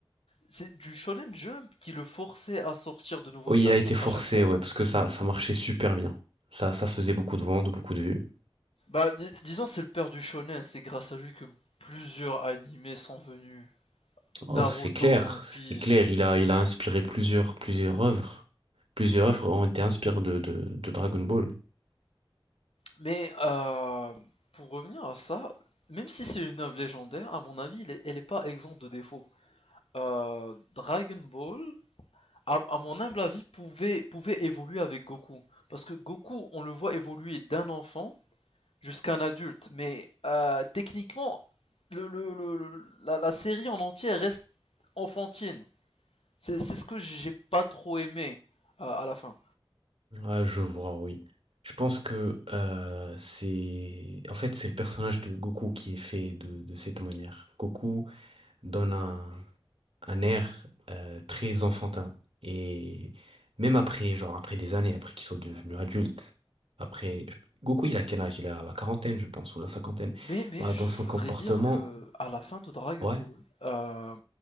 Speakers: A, on the left; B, on the right.
A: C'est du Shonen Jump qui le forçait à sortir de nouveaux
B: Oui,
A: chapitres
B: il a été forcé,
A: à chaque fois.
B: ouais, parce que ça, ça marchait super bien. Ça, ça faisait beaucoup de ventes, beaucoup de vues.
A: Bah, dis- disons, c'est le père du shonen. C'est grâce à lui que plusieurs animés sont venus.
B: Oh,
A: Naruto,
B: c'est clair,
A: One Piece,
B: c'est clair. Il a, il a inspiré plusieurs, plusieurs œuvres. Plusieurs œuvres ont été inspirées de, de, de Dragon Ball.
A: Mais euh, pour revenir à ça, même si c'est une œuvre légendaire, à mon avis, elle n'est pas exempte de défauts. Euh, Dragon Ball, à, à mon humble avis, pouvait, pouvait évoluer avec Goku. Parce que Goku, on le voit évoluer d'un enfant jusqu'à un adulte. Mais euh, techniquement, le, le- le- la, la série en entier reste enfantine. C'est c'est ce que j'ai pas trop aimé euh, à la fin.
B: Ah, je vois, oui. Je pense que euh, c'est... En fait, c'est le personnage de Goku qui est fait de, de cette manière. Goku donne un, un air euh, très enfantin. Et même après, genre après des années, après qu'il soit devenu adulte, après... je- Goku, il a quel âge? Il a la quarantaine, je pense, ou la cinquantaine.
A: Mais mais
B: Bah,
A: je,
B: dans son
A: je voudrais
B: comportement,
A: dire que à la fin de Dragon
B: ouais,
A: Ball, euh,